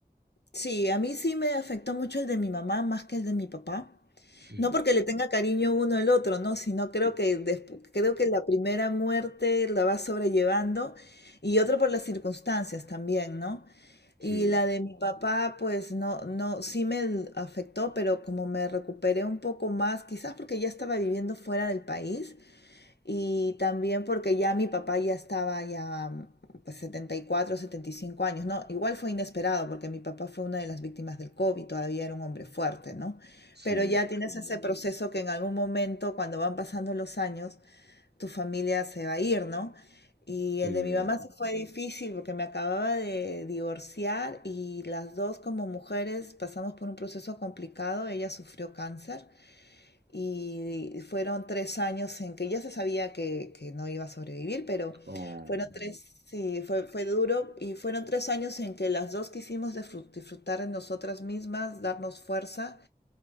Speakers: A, on the left; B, on the right.
A: Sí, a mí sí me afectó mucho el de mi mamá más que el de mi papá.
B: Sí,
A: No porque le tenga cariño uno al otro, ¿no? Sino creo que despu- creo que la primera muerte la va sobrellevando y otro por las circunstancias también, ¿no?
B: sí,
A: Y la de mi papá, pues no, no, sí me l- afectó, pero como me recuperé un poco más, quizás porque ya estaba viviendo fuera del país, Y también porque ya mi papá ya estaba ya mm, pues setenta setenta y cuatro setenta y cinco años, ¿no? Igual fue inesperado porque mi papá fue una de las víctimas del COVID, todavía era un hombre fuerte, ¿no?
B: sí,
A: Pero ya tienes ese proceso que en algún momento, cuando van pasando los años, tu familia se va a ir, ¿no? Y
B: sí.
A: el de mi mamá sí fue difícil porque me acababa de divorciar y las dos como mujeres pasamos por un proceso complicado. Ella sufrió cáncer y fueron tres años en que ya se sabía que, que no iba a sobrevivir, pero
B: Oh,
A: fueron tres, sí, fue, fue duro. Y fueron tres años en que las dos quisimos disfru- disfrutar de nosotras mismas, darnos fuerza,